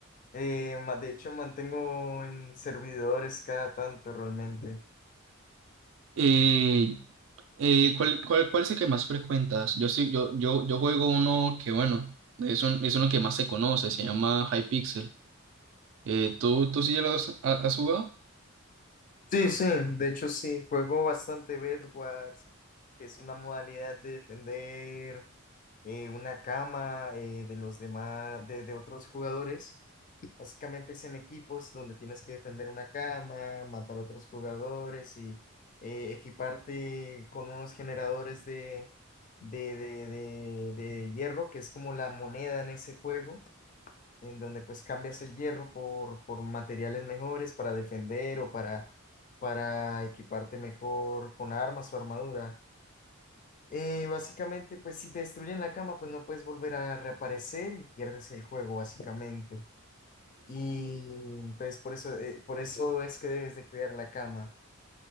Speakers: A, on the left; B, on the right.
A: Eh, ma- de hecho, mantengo en servidores cada tanto realmente.
B: Eh, eh, ¿cuál, cuál, cuál es el que más frecuentas? Yo sí, yo, yo, yo juego uno que bueno es, un- es uno que más se conoce se llama Hypixel. Eh, ¿tú, tú sí lo has, ha- has jugado?
A: Sí, sí, de hecho sí, juego bastante bed wars que es una modalidad de defender eh, una cama eh, de los demás, de, de otros jugadores. Básicamente es en equipos donde tienes que defender una cama, matar a otros jugadores y eh, equiparte con unos generadores de, de, de, de de hierro, que es como la moneda en ese juego en donde pues cambias el hierro por, por materiales mejores para defender o para, para equiparte mejor con armas o armadura. Eh, básicamente, pues si te destruyen la cama, pues no puedes volver a reaparecer y pierdes el juego, básicamente. Y entonces por eso, eh, por eso es que debes de cuidar la cama.